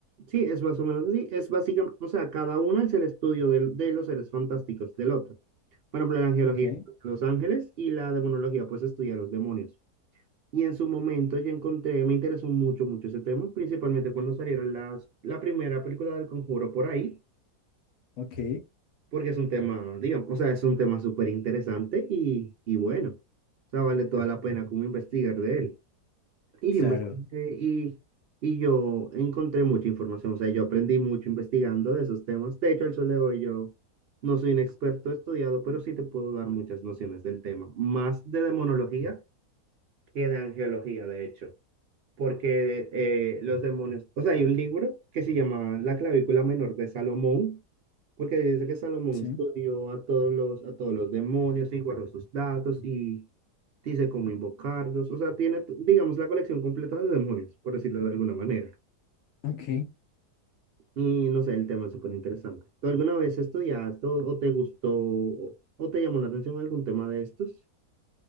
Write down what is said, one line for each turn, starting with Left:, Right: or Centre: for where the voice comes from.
Right: sí, es más o menos así. Es básicamente, o sea, cada una es el estudio del- de los seres fantásticos del otro. Por ejemplo, la angeología
Left: Ok.
Right: estudia a los ángeles y la demonología, pues, estudia a los demonios. Y en su momento yo encontré, me interesó mucho, mucho ese tema, principalmente cuando salieron las, la primera película del Conjuro por ahí,
Left: Ok,
Right: porque es un tema, digamos, o sea, es un tema súper interesante y, y bueno, o sea, vale toda la pena como investigar de él. Y
Left: claro,
Right: yo investigué y, y yo encontré mucha información, o sea, yo aprendí mucho investigando de esos temas. De hecho, al sol de hoy yo no soy un experto estudiado, pero sí te puedo dar muchas nociones del tema, más de demonología que de angeología, de hecho. porque eh, los demonios, o sea, hay un libro que se llama La clavícula menor de Salomón, porque dice que Salomón
Left: sí.
Right: estudió a todos los, a todos los demonios y guardó sus datos y dice cómo invocarlos, o sea, tiene, t- digamos, la colección completa de demonios, por decirlo de alguna manera.
Left: Ok,
Right: Y no sé, el tema es súper interesante. ¿Tú alguna vez estudiaste o, o te gustó o, o te llamó la atención algún tema de estos?